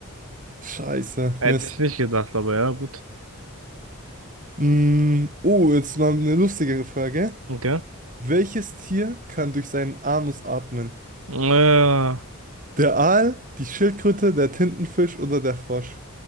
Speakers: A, on the right; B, on the right.
A: Scheiße,
B: Hätte
A: Mist.
B: ich nicht gedacht, aber ja, gut.
A: Mm, oh, jetzt mal eine lustigere Frage.
B: Okay.
A: Welches Tier kann durch seinen Anus atmen?
B: Äh,
A: Der Aal, die Schildkröte, der Tintenfisch oder der Frosch?